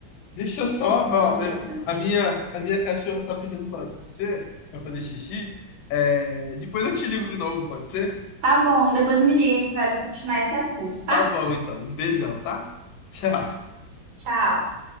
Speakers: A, on the left; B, on the right.
A: Deixa eu só, ó,
B: É importante.
A: é, a minha, a minha cachorra tá pedindo pra você, pra fazer xixi. É, depois eu te ligo de novo, pode ser?
B: Tá bom, depois me diga que eu quero continuar esse assunto, tá?
A: Tá bom, então. Um beijão, tá? Tchau.
B: Tchau.